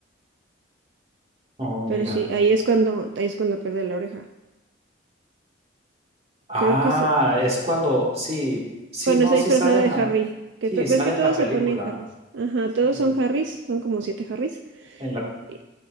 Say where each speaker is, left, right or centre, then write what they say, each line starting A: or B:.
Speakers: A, on the right; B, on the right.
A: Oh, mira.
B: Pero sí, ahí es cuando, ahí es cuando pierde la oreja.
A: Ah,
B: Creo que es
A: es cuando, sí, sí,
B: cuando
A: no,
B: está
A: sí
B: disfrazado
A: sale
B: de
A: en la,
B: Harry. Que
A: sí,
B: to-
A: sale
B: ves que
A: en
B: todos
A: la película.
B: se ponen Harrys. Ajá,
A: Sí,
B: todos son Harrys, son como siete Harrys.
A: en la,
B: Y-